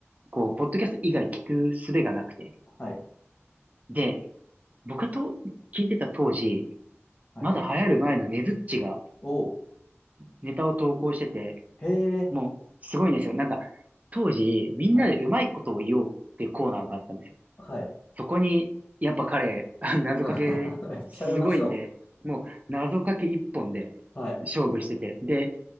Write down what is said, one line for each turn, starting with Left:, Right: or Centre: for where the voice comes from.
Right: こう、ポッドキャスト以外聞く術がなくて。
Left: はい。
Right: で、僕と聞いてた当時、
Left: はい。
Right: まだ流行る前のねずっちが
Left: おー、
Right: ネタを投稿してて、
Left: へえ、
Right: もう、すごいんですよ。なんか、当時、みんなでうまいことを言おうっていうコーナーがあったんですよ。
Left: はい。はい。
Right: そこに、やっぱ彼、<laughs> あ謎かけ、
Left: うん <laughs> めっちゃうまそ
Right: すごいんで、もう、謎かけ一本で勝負してて。
Left: う。はい。
Right: で、